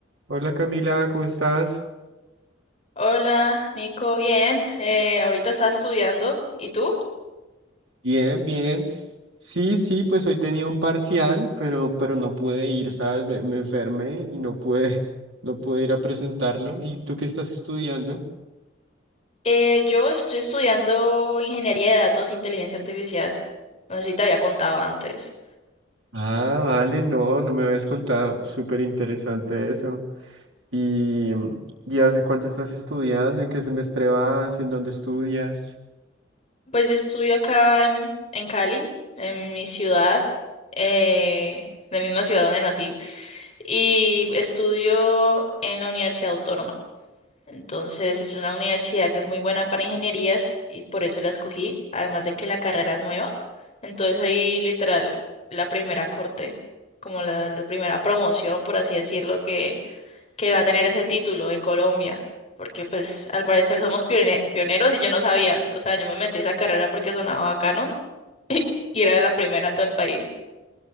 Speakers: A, on the right; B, on the left.
A: Hola Camila, ¿cómo estás?
B: Hola, Nico, bien. Eh, ahorita está estudiando. ¿Y tú?
A: Bien, bien. Sí, sí, pues hoy tenía un parcial, pero, pero no pude ir, ¿sabes? Me, me enfermé y no pude, <laughs> no pude ir a presentarlo. ¿Y tú qué estás estudiando?
B: Eh, yo estoy estudiando ingeniería de datos e inteligencia artificial. No sé si te había contado antes.
A: Ah, vale, no, no me habías contado. Súper interesante eso. ¿Y, y hace cuánto estás estudiando? ¿En qué semestre vas? ¿En dónde estudias?
B: Pues yo estudio acá en, en Cali, en mi ciudad, eh, la misma ciudad donde nací, y estudio en la Universidad Autónoma. Entonces es una universidad que es muy buena para ingenierías y por eso la escogí, además de que la carrera es nueva. Entonces ahí literal la primera corte, como la, la primera promoción, por así decirlo, que, que va a tener ese título en Colombia. Porque pues al parecer somos pione- pioneros y yo no sabía, o sea, yo me metí a esa carrera porque sonaba bacano <laughs> y era la primera en todo el país.